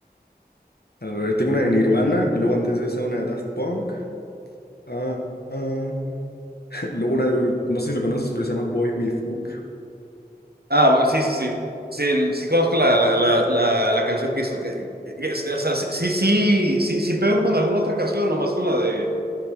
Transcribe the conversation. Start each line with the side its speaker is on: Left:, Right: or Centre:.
Left: a ver, tengo una de Nirvana y luego antes de esa una de Daft Punk, ah, ah, <laughs> luego una de, no sé si lo conoces, pero se llama Boy With Hook.
Right: Ah, bueno, sí, sí, sí. Sí, el- sí conozco la, la, la, la, la canción que hizo. Eh, eh, es- o sea, sí, sí, sí, sí, sí pego con alguna otra canción, nomás con la de